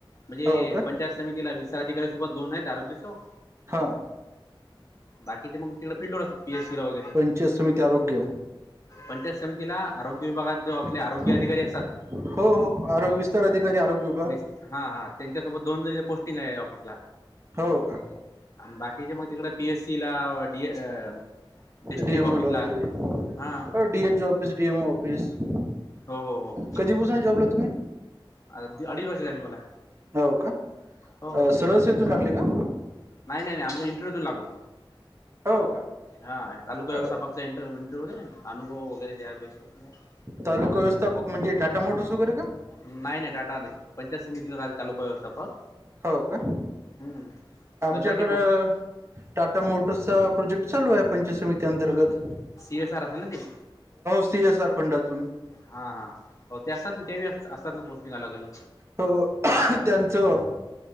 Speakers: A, on the left; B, on the right.
A: म्हणजे,
B: हो का
A: पंचायत समितीला विस्तार अधिकारी सोबत दोन आहेत आरोग्य सेवक.
B: हा.
A: बाकीचे मग तिकडे फिल्ड वर असतात. <unintelligible> ला वगैरे
B: पंचायत समिती आरोग्य
A: पंचायत समितीला आरोग्य विभागात जो आरोग्य
B: हो,
A: अधिकारी असतात
B: हो, आरोग्य विस्तार अधिकारी आरोग्य विभाग-
A: वीस हा, हा, त्यांच्यासोबत दोन जणी पोस्टिंग आहे ऑफिसला.
B: हो का?
A: बाकीचे मग तिकडे पी एस सी ला डी अ.. - डिस्ट्रिक्ट
B: डीएमओला
A: ऑफिसला,
B: वगैरे
A: हा.
B: हो, DH O <unintelligible> S D M office <unintelligible>
A: हो, हो, हो.
B: कधीपासून जॉबला आहे तुम्ही?
A: आ अडीच वर्ष झाली मला.
B: हो का?
A: हो
B: सरळ सेतू लागली का?
A: नाही, नाही, नाही, आमचा इंटरव्ह्यू देऊन लागलो,
B: हो का
A: हा तालुका
B: अ,
A: व्यवस्थापकचा इंटरव्ह्यू. त्या अनुभव वगैरे त्या्या भेसू आपल्याला <unintelligible>
B: तालुका व्यवस्थापक म्हणजे, टाटा मोटर्स वगैरे का?
A: नाही, नाही टाटा नाही, पंचायत समितीला <unintelligible> तालुका व्यवस्थापक.
B: हो का
A: हम्म.
B: आमच्याकडं
A: कंत्राटी पोस्ट
B: टाटा मोटर्सचा प्रोजेक्ट चालू आहे. पंचायत समती अंतर्गत,
A: सी एस आर असेल ना ते
B: सी एस आर फंडातून.
A: हा, हा, हो ते असतात ना, ते अस असतात ना पोस्टिंग अलग, अलग.
B: हो, हो. त्यांचं.